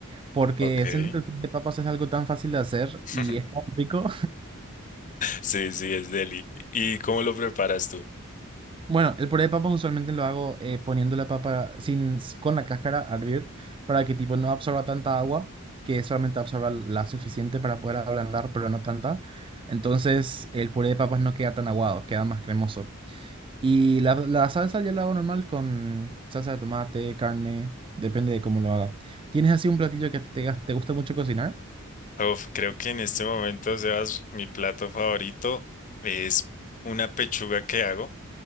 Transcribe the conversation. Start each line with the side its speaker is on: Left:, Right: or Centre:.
Right: porque
Left: Ok.
Right: siento que el puré de papas es algo tan fácil de hacer
Left: <laughs>
Right: y es tan rico
Left: Sí, sí, es deli. ¿Y cómo lo preparas tú?
Right: Bueno, el puré de papas usualmente lo hago eh, poniendo la papa sin, s- con la cáscara a hervir para que tipo no absorba tanta agua, que solamente absorba la suficiente para poder ablandar, pero no tanta. Entonces el puré de papas no queda tan aguado, queda más cremoso. Y la, la salsa ya la hago normal con salsa de tomate, carne, depende de cómo lo haga. ¿Tienes así un platillo que a ti te, gas- te gusta mucho cocinar?
Left: Uf, creo que en este momento, Sebas, mi plato favorito es una pechuga que hago.